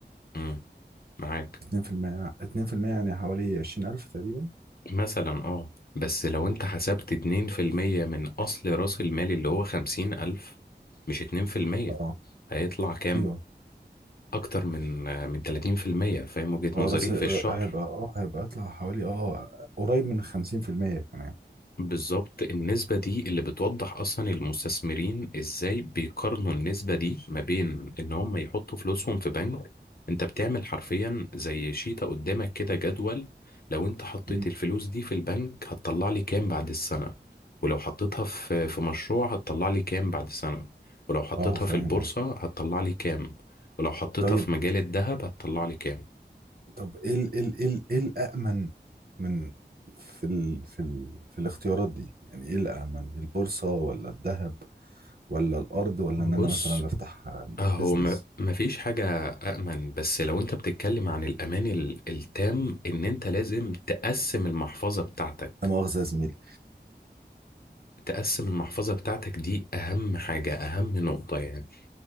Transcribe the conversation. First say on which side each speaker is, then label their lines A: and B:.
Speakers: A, on the left; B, on the right.
A: مم، معاك
B: 2% 2% يعني حوالي 20000 تقريبا
A: مثلا اه بس لو انت حسبت 2% من اصل راس المال اللي هو 50000 مش 2%
B: اه
A: هيطلع كام
B: ايوه
A: اكتر من من 30% فاهم وجهة
B: اه
A: نظري
B: راس
A: في الشهر
B: هيبقى اه هيبقى اطلع حوالي اه قريب من 50% كمان
A: بالظبط النسبة دي اللي بتوضح أصلا المستثمرين إزاي بيقارنوا النسبة دي ما بين إن هم يحطوا فلوسهم في بنك أنت بتعمل حرفيا زي شيطة قدامك كده جدول لو أنت حطيت
B: مم.
A: الفلوس دي في البنك هتطلع لي كام بعد السنة ولو حطيتها في في مشروع هتطلع لي كام بعد سنة ولو حطيتها
B: اه فاهم
A: في البورصة
B: قصدك
A: هتطلع لي كام ولو حطيتها
B: طيب
A: في مجال الذهب هتطلع لي كام
B: طب ايه ال ايه ال ايه ال ايه الامن من في ال في ال في الاختيارات دي يعني ايه الامن البورصة ولا الذهب ولا الارض ولا
A: بص
B: ان انا مثلا افتح
A: هو
B: بزنس
A: ما مفيش حاجة أأمن بس لو أنت بتتكلم عن الأمان ال- التام إن أنت لازم تقسم المحفظة بتاعتك
B: لا مؤاخذة يا زميلي
A: تقسم المحفظة بتاعتك دي أهم حاجة أهم نقطة يعني